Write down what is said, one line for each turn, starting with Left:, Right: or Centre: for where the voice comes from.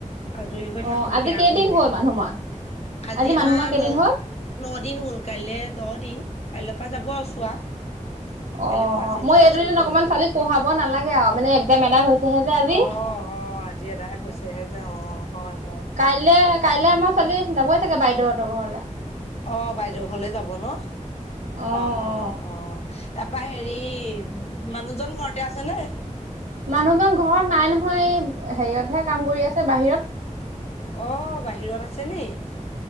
Left: আজৰি হৈ
Right: অ
Left: থাকো
Right: আজি
Left: সেয়া
Right: কেইদিন
Left: কৰি মেলি
Right: হ'ল
Left: পেলাই।
Right: মানুহ মৰা
Left: আজি আমাৰ
Right: মানুহ মৰা কেইদিন
Left: ন-ন
Right: হ'ল
Left: দিন হ'ল, কাইলৈ দহ দিন। কাইৰ পৰা যাব আৰু চোৱা। কাইলৈ
Right: অ-অ
Left: পৰাচিত চৰাচিত
Right: মই এই দুদিন
Left: কৰি
Right: অকমান
Left: মেলি
Right: ছোৱালীক পঢ়াব নালাগে আৰু, মানে একজাম এটাই হৈছেহে যে আজি।
Left: অ অ আজি এদাই হৈছেহে যে, অ, হয়-হয়।
Right: কাইলে-কাইলৈ আমাৰ চোৱলি যাবই চাগে বাইদেউহঁতৰ ঘৰলৈ।
Left: অ বাইদেউ, হলে যাব ন?
Right: অ
Left: অ-অ-অ
Right: অ
Left: তাৰপা হেৰি মানুহজন ঘৰতে আছে নে
Right: মানুহজন ঘৰত নাই নহয় হেৰিয়তহে কাম কৰি আছে। বাহিৰত।
Left: অ বাহিৰত আছে নি